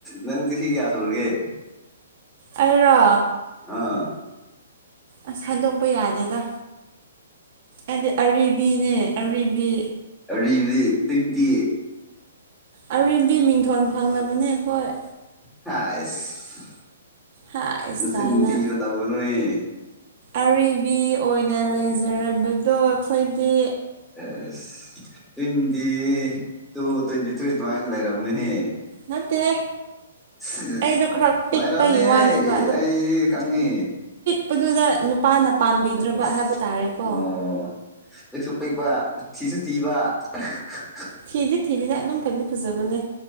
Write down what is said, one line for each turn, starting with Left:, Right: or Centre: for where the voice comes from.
Centre: ꯅꯪ ꯆꯍꯤ ꯀꯌꯥ ꯁꯨꯔꯒꯦ
Right: ꯑꯩꯔꯣ
Centre: ꯑꯥ
Right: ꯑꯁ ꯍꯥꯏꯗꯣꯛꯄ ꯌꯥꯗꯦꯗ ꯑꯩꯗꯤ ꯑꯔꯤꯕꯤꯅꯦ ꯑꯔꯤꯕꯤ
Centre: ꯔꯤꯕꯤ ꯇ꯭ꯋꯦꯟꯇꯤ
Right: ꯑꯔꯤꯕꯤ ꯃꯤꯡꯊꯣꯜ ꯐꯪꯂꯕꯅꯦ ꯑꯩꯈꯣꯏ
Centre: ꯍꯥꯏꯁ
Right: ꯍꯥꯏꯁ
Centre: ꯃꯆꯤꯟ
Right: ꯀꯥꯏꯅ
Centre: ꯊꯤꯕ ꯇꯧꯒꯅꯨꯍꯦ
Right: ꯑꯔꯤꯕꯤ ꯑꯣꯏꯅ ꯂꯩꯖꯔꯕꯗꯣ ꯑꯩꯈꯣꯏꯗꯤ
Centre: ꯑꯁ ꯇ꯭ꯋꯦꯟꯇꯤ ꯇꯨ ꯇ꯭ꯋꯦꯟꯇꯤ ꯊ꯭ꯔꯤ ꯑꯗꯨꯃꯥꯏꯅ ꯂꯩꯔꯕꯅꯦꯍꯦ
Right: ꯅꯠꯇꯦꯍꯦ
Centre: <unintelligible>
Right: ꯑꯩꯗꯣ ꯈꯔ
Centre: ꯑꯣꯏꯔꯝꯅꯤꯍꯦ
Right: ꯄꯤꯛꯄꯒꯤ ꯋꯥꯅꯦꯕ
Centre: ꯑꯩꯗꯤ ꯈꯪꯏ
Right: ꯂꯤꯔꯛꯄꯗꯨꯗ ꯅꯨꯄꯥꯅ ꯄꯥꯝꯕꯤꯗ꯭ꯔꯕ
Centre: ꯑꯁ
Right: ꯍꯥꯏꯕ ꯇꯥꯔꯦꯀꯣ
Centre: ꯑꯣ ꯄꯤꯛꯁꯨ ꯄꯤꯛꯄ ꯊꯤꯁꯨ ꯊꯤꯕ <unintelligible>
Right: ꯊꯤꯗꯤ ꯊꯤꯗꯤꯗꯤ ꯑꯗꯨꯝ ꯐꯗꯤ ꯐꯖꯕꯅꯦ